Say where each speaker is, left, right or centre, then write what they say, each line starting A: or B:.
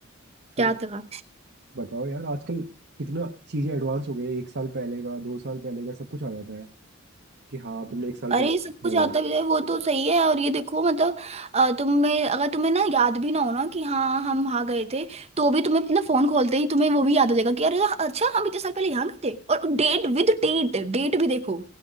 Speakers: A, on the right; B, on the right.
A: फिर
B: क्या था
A: बताओ यार आजकल कितना चीजें एडवांस हो गई है एक साल पहले का दो साल पहले का सब कुछ आ जाता है कि हाँ तुमने एक साल
B: अरे
A: पहले किया
B: सब कुछ
A: हो
B: आता भी है वो तो सही है और ये देखो मतलब अ, तुम्हें अगर तुम्हें ना याद भी ना हो ना कि हाँ हम वहाँ गए थे तो भी तुम्हें अपना फोन खोलते ही तुम्हें वो भी याद हो जाएगा कि अरे अच्छा हम इतने साल पहले यहाँ गए थे और डेट विद डेट डेट भी देखो